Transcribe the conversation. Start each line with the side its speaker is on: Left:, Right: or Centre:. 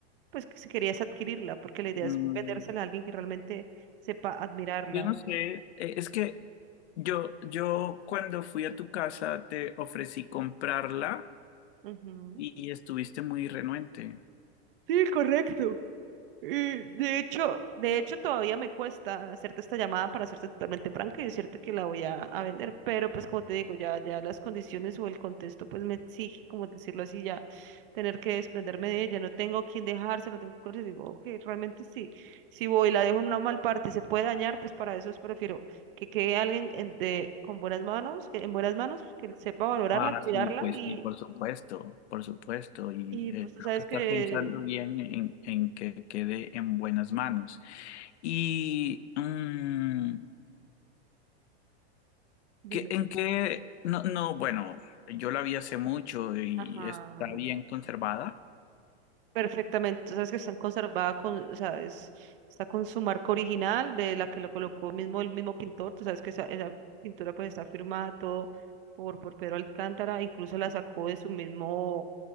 Right: pues que si querías adquirirla, porque la idea
Left: Mm,
Right: es vendérsela a alguien que realmente sepa admirarla.
Left: yo no sé, eh, es que yo, yo cuando fui a tu casa te ofrecí comprarla.
Right: Ujú.
Left: Y estuviste muy renuente.
Right: Sí, correcto. Eh, de hecho, de hecho todavía me cuesta hacerte esta llamada para hacerte totalmente franca y decirte que la voy a, a vender, pero pues como te digo, ya, ya las condiciones o el contexto pues me exige, como decirlo así, ya tener que desprenderme de ella, no tengo quien dejarse, no tengo cosas, digo que realmente sí, si voy y la dejo en una mal parte y se puede dañar, pues para eso es prefiero que quede alguien en- de, con buenas manos, que, en buenas manos, que sepa valorarla,
Left: Ah,
Right: cuidarla
Left: sí, pues
Right: y,
Left: sí, por supuesto, por supuesto. Y
Right: y
Left: eh,
Right: pues tú
Left: creo
Right: sabes
Left: que estás
Right: que,
Left: pensando bien en, en que quede en buenas manos. Y mm,
Right: dime.
Left: ¿qué- en qué, no, no, bueno, yo la vi hace mucho y
Right: Ajá.
Left: está bien conservada.
Right: perfectamente, o sea, es que están conservadas con, o sea, es- está con su marca original de la que lo colocó mismo el mismo pintor, tú sabes que esa, esa pintura pues está firmada todo por, por Pedro Alcántara, incluso la sacó de su mismo,